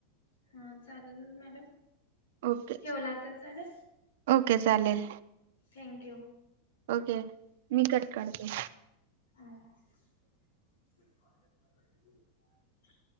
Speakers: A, on the left; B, on the right.
A: हा चालेल मॅडम
B: ओके
A: ठेवला तर चालेल
B: ओके चालेल
A: थँक्यू
B: ओके मी कट करते
A: ह